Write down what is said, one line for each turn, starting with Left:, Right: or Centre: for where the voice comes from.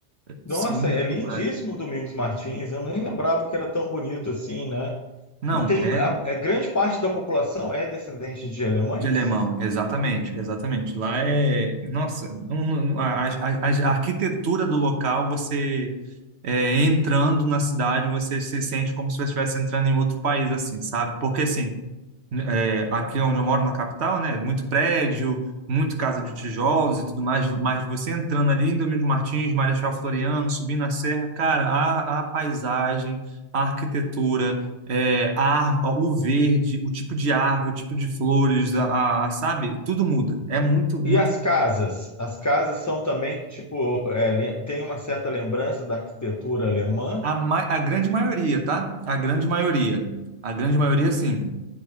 Left: nossa,
Right: são muito
Left: é lindíssimo
Right: culturais.
Left: Domingos Martins. Eu nem lembrava que era tão bonito assim, né?
Right: Não,
Left: E tem
Right: é
Left: a, a grande parte da população é descendente de alemães?
Right: de alemão, exatamente, exatamente. Lá é, nossa, um- um- a, a, a a arquitetura do local, você é, entrando na cidade, você se sente como se você estivesse entrando em outro país, assim, sabe? Porque, assim, é, aqui onde eu moro, na capital, né? Muito prédio, muito casa de tijolos e tudo mais, mas você entrando ali em Domingos Martins, Marechal Floriano, subindo a serra, cara, a, a paisagem, a arquitetura, é, a, ar- o verde, o tipo de árvore, o tipo de flores, a, a- sabe? Tudo muda. É muito, muito.
Left: E as casas? As casas são também, tipo, é, lem- tem uma certa lembrança da arquitetura alemã?
Right: A, ma- a grande maioria, tá? A grande maioria. A grande maioria, sim.